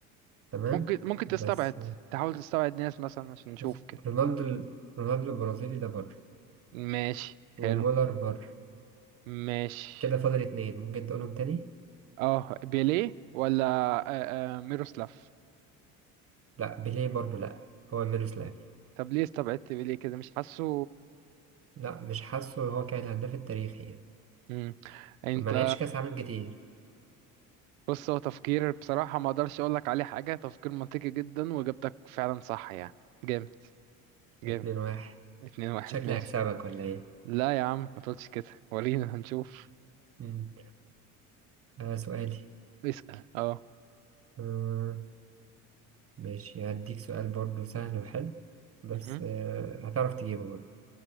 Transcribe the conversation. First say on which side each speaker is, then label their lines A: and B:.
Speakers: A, on the right; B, on the right.
A: تمام
B: ممكن ممكن
A: بس
B: تستبعد تحاول تستبعد ناس مثلا عشان نشوف
A: بص،
B: كده
A: رونالدو رونالدو البرازيلي ده بره
B: ماشي حلو
A: ومولر بره
B: ماشي
A: كده فاضل اتنين ممكن تقولهم تاني؟
B: اه بيليه ولا آه آه ميروسلاف
A: لأ بيليه برضه لأ هو ميروسلاف
B: طب ليه استبعدت بيليه كده مش حاسه
A: لا مش حاسه هو كان الهداف التاريخي يعني
B: مم. انت
A: ما لعبش كاس عالم كتير
B: بص هو تفكير بصراحة ما اقدرش اقول لك عليه حاجة تفكير منطقي جدا واجابتك فعلا صح يعني جامد جامد
A: اتنين واحد
B: اتنين واحد
A: شكلي
B: ماشي
A: هكسبك ولا ايه
B: لا يا عم ما تقولش كده ورينا هنشوف
A: مم. آه سؤالي
B: اسأل اه
A: آه ماشي هديك سؤال برضه سهل وحلو بس
B: مهم.
A: آه هتعرف تجيبه برضه